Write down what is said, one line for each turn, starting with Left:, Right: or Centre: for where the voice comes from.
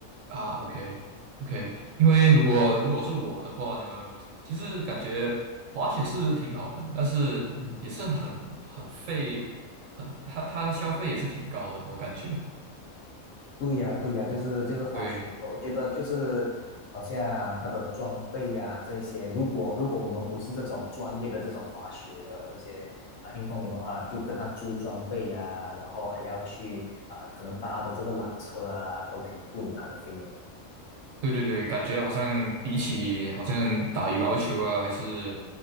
Right: 啊？OK OK，因为如果如果是我的话呢，其实感觉滑雪是挺好玩，但是也是很很费，
Left: 嗯。
Right: 很它它的消费也是挺高的，我感觉。
Left: 对呀，对呀，就是就是滑雪，
Right: 对。
Left: 我我觉得就是好像它的装备呀、这些，如果如果我们不是这种专业的这种滑雪的这些啊、运动员的话，就跟他租装备呀、然后还要去啊、可能搭的这个缆车啊，都挺贵的，它的费用。
Right: 对对对，感觉好像比起好像打羽毛球啊，还是